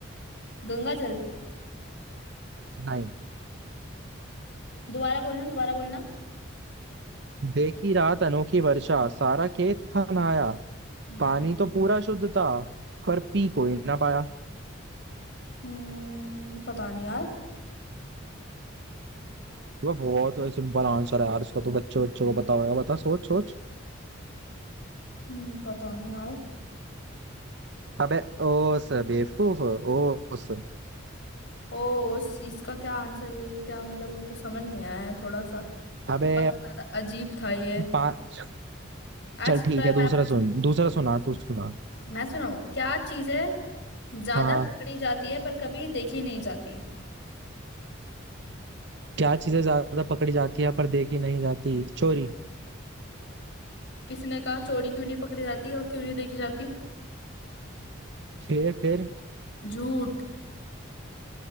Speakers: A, on the left; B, on the right.
A: गंगा जल
B: नहीं
A: दोबारा बोलना दोबारा बोलना
B: देखी रात अनोखी वर्षा सारा खेत था नहाया
A: हम्म
B: पानी तो पूरा शुद्ध था पर पी कोई ना पाया
A: हम्म, पता नहीं यार
B: वह बहुत सिंपल आंसर है यार इसका तो बच्चों बच्चों को पता होगा बता सोच सोच
A: हम्म, पता नहीं यार
B: अबे ओस बेवकूफ ओस
A: ओ इस- इसका क्या आंसर है ये क्या मतलब मेरे को समझ नहीं आया है थोड़ा सा
B: अबे
A: बहुत ज्यादा अजीब था ये
B: पांच
A: अच्छा
B: चल
A: थोड़ा
B: ठीक है
A: मैं
B: दूसरा
A: पूछती
B: सुन
A: हूँ
B: दूसरा सुना तू सुना
A: मैं सुनाऊँ क्या चीज है ज्यादा
B: हाँ
A: पकड़ी जाती है पर कभी देखी नहीं जाती
B: क्या चीजें ज्यादा पकड़ी जाती है पर देखी नहीं जाती चोरी
A: किसी ने कहा चोरी क्यों नहीं पकड़ी जाती और क्यों नहीं देखी जाती
B: फिर फिर
A: झूठ